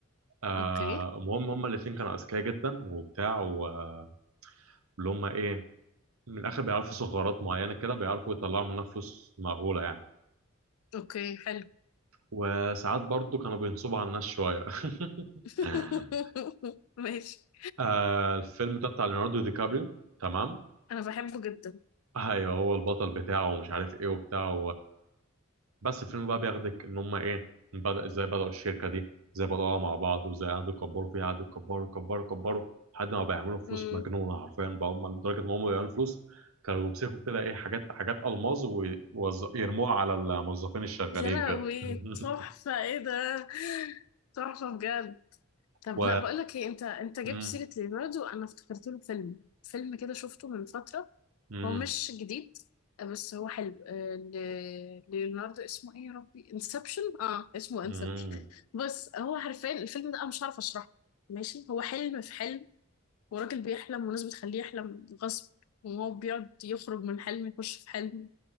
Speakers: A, on the right; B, on the left.
A: آه،
B: أوكي
A: المهم هما الاثنين كانوا اذكياء جدا وبتاع واللي هما ايه من الاخر بيعرفوا ثغرات معينه كده بيعرفوا يطلعوا منها فلوس مهوله يعني
B: أوكي حلو
A: وساعات برضو كانوا بينصبوا على الناس شويه
B: <laughs>
A: <laughs>
B: ماشي
A: آه، الفيلم ده بتاع ليوناردو دي كابريو تمام
B: أنا بحبه جدا
A: ايوه هو البطل بتاعه ومش عارف ايه وبتاع بس الفيلم بقى بياخدك ان هم ايه بدأ ازاي بدأوا الشركة دي ازاي بدأوها مع بعض وازاي قعدوا يكبروا فيها قعدوا يكبروا يكبروا يكبروا لحد ما بيعملوا فلوس
B: مم.
A: مجنونة حرفيا بقى هم لدرجة ان هم بيعملوا فلوس كانوا بيمسكوا كده ايه حاجات حاجات ألماظ ويرموها على الموظفين الشغالين
B: يا لهوي
A: كده <laughs>
B: تحفة إيه ده تحفة بجد طب
A: و
B: لا بقولك إيه أنت أنت جبت
A: مم.
B: سيرة ليوناردو أنا افتكرت له فيلم فيلم كده شفته من فترة
A: مم.
B: هو مش جديد بس هو حلو آه، ل- ليوناردو اسمه ايه يا ربي انسبشن اه اسمه
A: مم.
B: انسبشن بس هو حرفيا الفيلم ده انا مش عارفه اشرحه ماشي هو حلم في حلم وراجل بيحلم والناس بتخليه يحلم غصب وهو بيقعد يخرج من حلم يخش في حلم